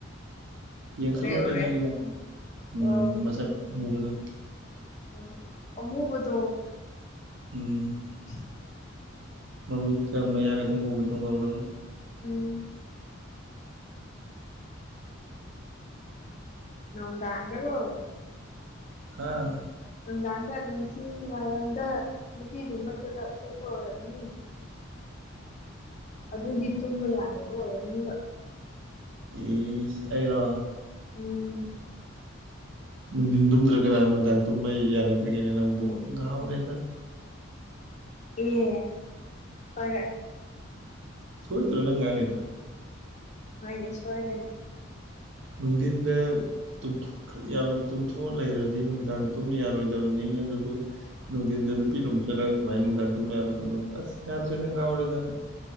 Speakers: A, on the right; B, on the left.
A: ꯌꯦꯡꯈꯠꯂꯣꯅꯦ
B: ꯎꯔꯦ ꯎꯔꯦ
A: ꯅꯪꯒꯤ ꯅ ꯎꯝ
B: ꯑꯣ
A: ꯃꯁꯛ ꯎꯕꯗꯣ
B: ꯑꯣ ꯑꯃꯨꯕꯗꯣ
A: ꯎꯝ
B: <unintelligible>
A: ꯃꯃꯤꯠꯀ ꯃꯌꯥꯒꯗꯣ ꯎꯕꯗꯣ ꯉꯧꯔꯒ
B: ꯎꯝ ꯅꯣꯡꯗꯥꯥꯡꯗꯒꯣ
A: ꯍꯥꯥ
B: ꯅꯨꯡꯗꯥꯡꯗ ꯅꯨꯡꯊꯤꯟ ꯋꯥꯏꯔꯝꯗ ꯅꯨꯄꯤ ꯂꯨꯝꯕ ꯆꯠꯂ ꯆꯠꯄ ꯑꯣꯏꯔꯝꯃꯤ ꯑꯗꯨꯒꯤ ꯇꯨꯝꯕ ꯌꯥꯗꯕ ꯑꯣꯏꯔꯝꯅꯤꯕ
A: ꯏꯁ ꯑꯩꯔꯣ
B: ꯎꯝ
A: ꯎ ꯅꯨꯡꯊꯤꯟ ꯇꯨꯝꯗ꯭ꯔ ꯀꯅꯥꯅ ꯅꯨꯃꯤꯗꯥꯡ ꯇꯨꯝꯕ ꯌꯥꯅꯗꯒꯦꯅꯦ ꯅꯪꯕꯣ ꯉꯥꯎꯔꯦꯗ
B: ꯑꯦ ꯁꯣꯏꯔꯦ
A: ꯁꯣꯏꯇ꯭ꯔꯣ ꯅꯪ ꯉꯥꯡꯉꯤꯗꯣ
B: ꯍꯣꯏꯅꯦ ꯁꯣꯏꯔꯦꯅꯦ
A: ꯅꯨꯡꯗꯤꯟꯗ ꯇꯨꯝꯊꯣꯛꯈꯔ ꯌꯥꯝꯅ ꯇꯨꯝꯊꯣꯛꯑ ꯂꯩꯔꯗꯤ ꯅꯨꯡꯗꯥꯡ ꯇꯨꯝ ꯌꯥꯔꯣꯏꯗꯕꯅꯤ ꯑꯗꯨꯕꯨ ꯅꯨꯡꯗꯤꯟꯗ
B: ꯎꯝ
A: ꯅꯨꯄꯤ ꯂꯨꯝ ꯆꯠꯂꯒ ꯀꯃꯥꯏꯅ ꯅꯨꯡꯗꯥꯡ ꯇꯨꯝ ꯌꯥꯔꯣꯏꯗꯣꯏꯅꯣꯕ ꯑꯁ ꯌꯥꯗ꯭ꯔꯦꯗ ꯉꯥꯎꯔꯦꯗ ꯅꯪ